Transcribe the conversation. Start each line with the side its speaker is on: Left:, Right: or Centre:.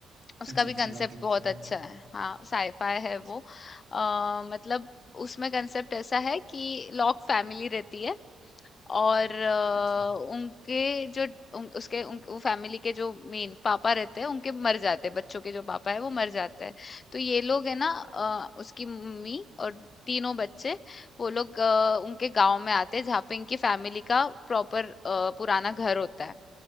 Left: उसका
Right: अच्छा,
Left: भी
Right: अच्छा
Left: कंसेप्ट
Right: लॉक-इन
Left: बहुत
Right: की हाँ,
Left: अच्छा है हाँ साईफाई है
Right: अच्छ
Left: वो आ, मतलब उसमें कंसेप्ट ऐसा है कि लॉक फैमिली रहती है और अ,
Right: अच्छा।
Left: उनके जो उन, उसके उन, वो फैमिली के जो मेन पापा रहते हैं उनके मर जाते हैं बच्चों के जो पापा है वो मर जाते हैं तो ये लोग है ना अ, उसकी मम्मी और तीनों बच्चे वो लोग अ, उनके गांव में आते हैं जहाँ पे इनकी फैमिली का प्रॉपर पुराना घर होता है